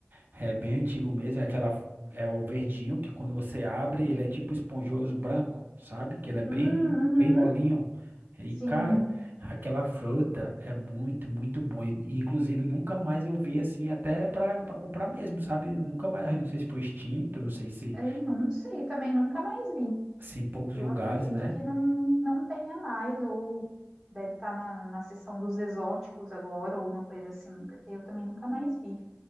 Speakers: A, on the right; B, in the centre.
A: é bem antigo mesmo, é aquela, é o verdinho, que quando você abre, ele é tipo esponjoso, branco, sabe, que ele é bem,
B: Hum,
A: bem
B: uhum,
A: molinho, e
B: sim,
A: cara, aquela fruta é muito, muito bom, e, e, inclusive nunca mais eu vi assim, até pra, pra comprar mesmo, sabe, nunca mais, Eu não sei se foi extinto, eu não sei se
B: É, não sei, também nunca mais vi.
A: assim, em poucos
B: Eu
A: lugares,
B: acredito
A: né?
B: que não, não tenha mais, ou deve estar na, na seção dos exóticos agora, ou uma coisa assim, porque eu também nunca mais vi.